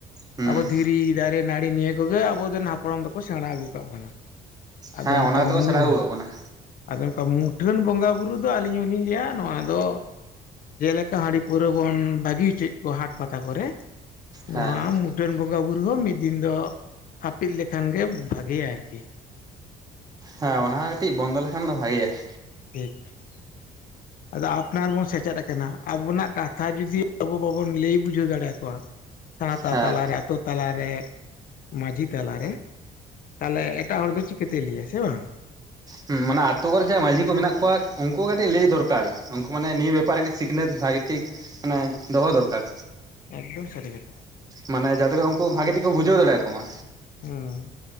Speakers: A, on the right (about 20°); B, on the left (about 55°).
A: ᱦᱩᱸ
B: ᱟᱵᱚ ᱫᱷᱤᱨᱤ ᱫᱟᱨᱮ ᱱᱟᱹᱲᱤ ᱱᱤᱭᱟᱹ ᱠᱚᱜᱮ ᱟᱵᱚᱨᱮᱱ ᱦᱟᱯᱲᱟᱢ ᱫᱚᱠᱚ ᱥᱮᱬᱟ ᱟᱹᱜᱩ ᱠᱟᱜ ᱵᱚᱱᱟ ᱾ ᱟᱫᱚ
A: ᱦᱮᱸ
B: ᱱᱚᱠᱟ
A: ᱚᱱᱟ ᱠᱚᱛᱮ
B: ᱢᱩᱸ
A: ᱠᱚ ᱥᱮᱬᱟ ᱟᱹᱜᱩ ᱠᱟᱜ ᱵᱚᱱᱟ
B: ᱟᱫᱚ ᱚᱱᱠᱟ ᱢᱩᱴᱷᱟᱹᱱ ᱵᱚᱸᱜᱟ ᱵᱩᱨᱩ ᱫᱚ ᱟᱹᱞᱤᱧ ᱦᱚᱞᱤᱧ ᱞᱟᱹᱭᱟ ᱱᱚᱣᱟ ᱫᱚ ᱡᱮᱞᱮᱠ ᱟ ᱦᱟᱹᱲᱤ ᱯᱟᱹᱣᱨᱟᱹ ᱵᱚᱱ ᱵᱟᱹᱜᱤ ᱦᱚᱪᱚᱭᱮᱫ ᱠᱚᱣᱟ ᱦᱟᱴ ᱯᱟᱛᱟ ᱠᱚᱨᱮ ᱾ ᱱᱚᱣᱟ
A: ᱦᱮᱸ
B: ᱢᱩᱸ ᱢᱩᱴᱷᱟᱹᱱ ᱵᱚᱸᱜᱟ ᱵᱩᱨᱩ ᱦᱚᱸ ᱢᱤᱫ ᱫᱤᱱ ᱫᱚ ᱦᱟᱹᱯᱤᱫ ᱞᱮᱠᱷᱟᱱ ᱜᱮ ᱵᱷᱟᱜᱮᱭᱟ ᱟᱨᱠᱤ ᱾
A: ᱦᱮᱸ ᱚᱱᱟ ᱦᱚᱸ ᱠᱟᱹᱴᱤᱡ ᱵᱚᱱᱫᱚ ᱞᱮᱠᱷᱟᱱ ᱫᱚ ᱵᱷᱟᱜᱮᱭᱟ ᱾
B: ᱴᱷᱤᱠ ᱾ <inaudible> ᱟᱫᱚ ᱟᱯᱱᱟᱨ ᱵᱚᱱ ᱥᱮᱪᱮᱫ ᱟᱠᱟᱱᱟ ᱟᱵᱚᱱᱟᱜ ᱠᱟᱛᱷᱟ ᱡᱩᱫᱤ ᱟᱵᱚ ᱵᱟᱵᱚᱱ ᱞᱟᱹᱭ ᱵᱩᱡᱷᱟᱹᱣ ᱫᱟᱲᱮᱭᱟᱠᱚᱣᱟ ᱥᱟᱶᱛᱟ
A: ᱦᱮᱸ
B: ᱛᱟᱞᱟᱨᱮ ᱟᱛᱳ ᱛᱟᱞᱟᱨᱮ ᱢᱟᱺᱡᱷᱤ ᱛᱟᱞᱟᱨᱮ ᱛᱟᱦᱞᱮ ᱮᱴᱟᱜ ᱦᱚᱲ ᱫᱚ ᱪᱤᱠᱟᱹᱛᱮᱭ ᱞᱟᱹᱭᱟ ᱥᱮ ᱵᱟᱝ᱾
A: ᱦᱩᱸ ᱢᱟᱱᱮ ᱟᱛᱳ ᱠᱚᱨᱮ ᱡᱟᱦᱟᱸᱭ ᱢᱟᱺᱡᱷᱤ ᱠᱚ ᱢᱮᱱᱟᱜ ᱠᱚᱣᱟ ᱩᱱᱠᱩ ᱠᱟᱹᱴᱤᱡ ᱞᱟᱹᱭ ᱫᱚᱨᱠᱟᱨ ᱩᱱᱠᱩ ᱢᱟᱱᱮ ᱱᱤᱭᱟᱹ ᱵᱮᱯ ᱥᱤᱠᱷᱱᱟᱹᱛ ᱵᱷᱟᱜᱤ ᱴᱷᱤᱠ ᱢᱟᱱᱮ ᱫᱚᱦᱚ ᱫᱚᱨᱠᱟᱨ᱾
B: ᱮᱠᱫᱚᱢ ᱥᱟᱹᱨᱤ ᱠᱟᱛᱷᱟ᱾
A: ᱢᱟᱱᱮ ᱡᱟᱛᱮ ᱠᱚ ᱩᱝᱠᱩ ᱵᱷᱟᱜᱤ ᱴᱤᱠᱚ ᱵᱩᱡᱷᱟᱹᱣ ᱫᱟᱲᱮᱣ ᱠᱚ ᱢᱟ
B: ᱦᱮᱸ